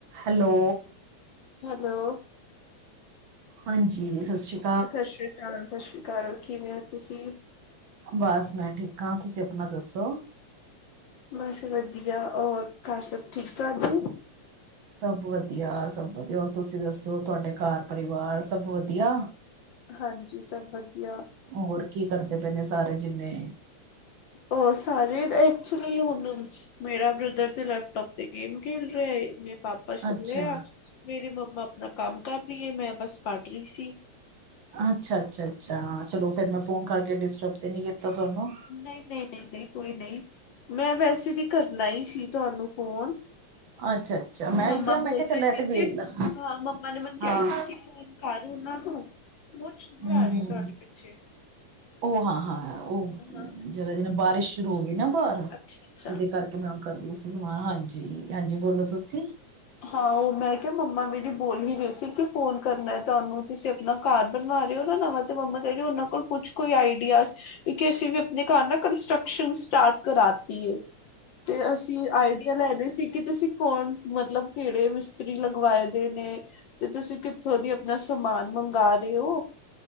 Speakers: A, on the right; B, on the left.
A: Hello.
B: Hello.
A: ਹਾਂਜੀ ਸਤਿ ਸ਼੍ਰੀ ਅਕਾਲ।
B: ਸਤਿ ਸ਼੍ਰੀ ਅਕਾਲ, ਸਤਿ ਸ਼੍ਰੀ ਅਕਾਲ, ਕਿਵੇਂ ਹੋ ਤੁਸੀਂ
A: ਬਸ ਮੈਂ ਠੀਕ ਹਾਂ, ਤੁਸੀਂ ਆਪਣਾ ਦੱਸੋ?
B: ਬਸ ਵਧੀਆ ਹੋਰ ਘਰ ਸਭ ਠੀਕ ਠਾਕ ਉ
A: ਸਭ ਵਧੀਆ ਸਭ ਵਧੀਆ ਹੋਰ ਤੁਸੀਂ ਦੱਸੋ ਤੁਹਾਡੇ ਘਰ ਪਰਿਵਾਰ ਸਭ ਵਧੀਆ।
B: ਹਾਂਜੀ ਸਭ ਵਧੀਆ।
A: ਹੋਰ ਕੀ ਕਰਦੇ ਪਏ ਨੇ ਸਾਰੇ ਜਿੰਨੇ?
B: ਉਹ ਸਾਰੇ ਐਕਚੁਲੀ ਹਣ ਮੇਰਾ ਬ੍ਰਦਰ ਤੇ ਲੈਪਟੋਪ ਤੇ ਗੇ਼ਮ ਖੇ਼ਲ ਰਿਹਾ ਮੇਰਾ ਪਾਪਾ ਸੁਣ
A: ਅੱਛਾ
B: ਰਹੇ ਆ ਮੇਰੀ ਮੰਮਾ ਆਪਣਾ ਕੰਮ ਕਰ ਰਹੀ ਹੈ। ਮੈਂ ਬਸ ਪੜ੍ਹ ਰਹੀ ਸੀ।
A: ਅੱਛਾ -ਅੱਛਾ- ਅੱਛਾ ਹਾਂ ਚਲੋ ਫਿਰ ਮੈਂ ਫੋਨ ਕਰਕੇ ਡਿਸਟਰਬ ਤੇ ਨੀ ਕੀਤਾ ਤੁਹਾਨੂੰ?
B: ਨਹੀਂ- ਨਹੀਂ -ਨਹੀਂ -ਨਹੀਂ ਕੋਈ ਨਹੀਂ ਮੈਂ ਵੈਸੇ ਵੀ ਕਰਨਾ ਹੀ ਸੀ ਤੁਹਾਨੂੰ ਫੋ਼ਨ
A: ਅੱਛਾ ਅੱਛਾ ਮੈਂ
B: ਮੰਮਾ
A: ਵੀ ਕਿਹਾ ਮੈਂ
B: ਬੋਲ
A: ਕਿਹਾ ਚੱਲ
B: ਰਹੀ
A: ਇਹ
B: ਸੀ
A: ਤੇ ਵੇਹਲਾ
B: ਕਿ ਹਾਂ ਮੰਮਾ ਨੇ ਮੈਨੂੰ ਕਿਹਾ
A: ਹਾਂ
B: ਸੀ ਕਿ ਫੋ਼ਨ ਕਰ ਉਹਨਾਂ ਤੋਂ ਬ ਸ਼ੂਭਰ
A: ਹਮ
B: ਆ ਰਿਹੇ
A: ਹਮ
B: ਹੋ ਤੁਹਾਡੇ ਪਿੱਛੇ
A: ਉਹ ਹਾਂ -ਹਾਂ ਉਹ
B: ਹਾਂ
A: ਜਦੋ ਦਿਨ ਬਾਰਿਸ਼ ਸ਼ੁਰੂ ਹੋ ਗਈ ਨਾ ਬਾਹਰ
B: ਅੱਛਾ ਅੱਛਾ
A: ਤੇ ਉਹਦੇ ਕਰਕੇ ਤੇ ਕੀ ਕੰਮ ਕਰਦੀ ਪਈ ਸੀ ਹਾਂਜੀ- ਹਾਂਜੀ ਬੋਲੋ ਤੁਸੀਂ।
B: ਹਾਂ ਉਹ ਮੈਂ ਕਿਹਾ ਮੰਮਾ ਮੇਰੀ ਬੋਲ ਹੀ ਰਈ ਸੀ। ਕਿ ਫੋਨ ਕਰਨਾ ਤੁਹਾਨੂੰ ਤੁਸੀਂ ਆਪਣਾ ਘਰ ਬਣਵਾ ਰਹੇ ਹੋ ਨਾ ਨਵਾਂ ਤੇ ਮੰਮਾ ਕਹਿੰਦੀ ਉਹਨਾਂ ਕੋਲ ਕੁਛ ਕੋਈ ਆਈਡੀਆ ਜ। ਇੱਕ ਅਸੀਂ ਵੀ ਆਪਣੇ ਘਰ ਨਾ ਕੰਸਟਰਕਸ਼ਨ ਸਟਾਰਟ ਕਰਾਤੀ ਏ। ਤੇ ਅਸੀਂ ਆਈਡੀਆ ਲੈ ਲਈ ਸੀ। ਕਿ ਤੁਸੀਂ ਕੌਣ ਮਤਲਬ ਕਿਹੜੇ ਮਿਸਤਰੀ ਲਗਵਾਏ ਦੇ ਨੇ। ਤੇ ਤੁਸੀਂ ਕਿੱਥੋਂ ਦੀ ਆਪਣਾ ਸਮਾਨ ਮੰਗਵਾ ਰਹੇ ਹੋ?